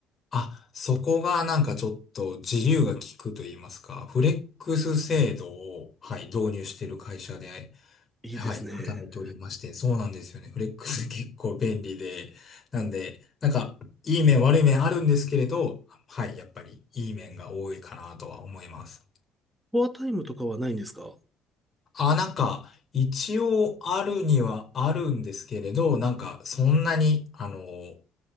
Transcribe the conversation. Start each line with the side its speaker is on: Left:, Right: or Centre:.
Left: あ、そこがなんかちょっと自由が利くと言いますか、フレックス制度を、はい、導入している会社で、
Centre: いいですね。
Left: はい、働いておりまして、そうなんですよね。フレックス結構便利で、なんで、なんか、いい面悪い面あるんですけれど、はい、やっぱりいい面が多いかなとは思います。
Centre: フォアタイムとかはないんですか
Left: あ、なんか、一応あるにはあるんですけれど、なんか、そんなに、あの、ん